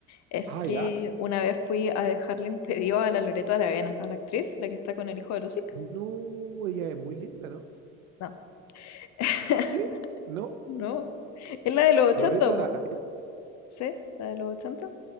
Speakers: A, on the left; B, on the right.
A: Es
B: Ah,
A: que
B: ya.
A: una vez fui a dejarle un pedido a la Loreto Aravena, a la actriz, la que está con el hijo de Lucic.
B: No, ella es muy linda, ¿no?
A: No, <laughs>
B: ¿Qué? ¿No?
A: no. Es la de los ochenta
B: Loreto Araya.
A: po. Sí, la de los ochenta